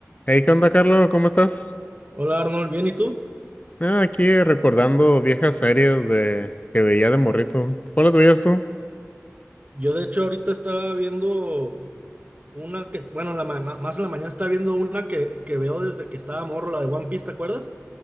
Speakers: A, on the left; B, on the right.
A: Hey, ¿qué onda, Carlos? ¿Cómo estás?
B: Hola Arnold, ¿bien y tú?
A: Ah, aquí recordando viejas series de que veía de morrito. ¿Cuáles veías tú?
B: Yo de hecho ahorita estaba viendo una que, bueno, la ma- ma- más en la mañana estaba viendo una que, que veo desde que estaba morro, la de One Piece, ¿te acuerdas?